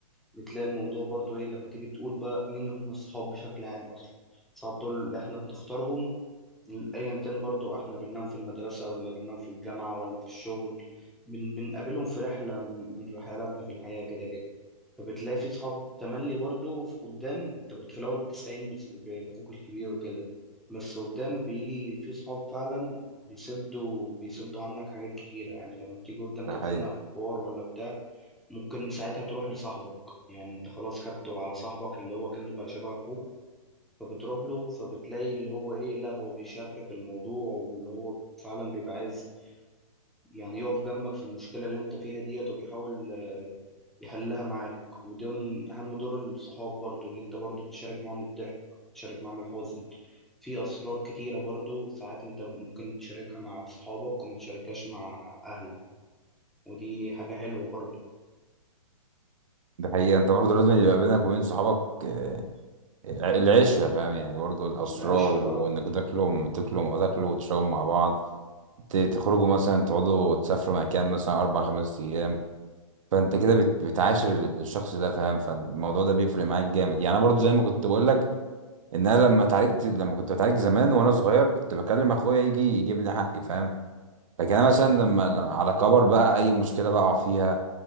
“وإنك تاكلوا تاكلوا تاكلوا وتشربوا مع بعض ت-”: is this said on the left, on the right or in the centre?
Right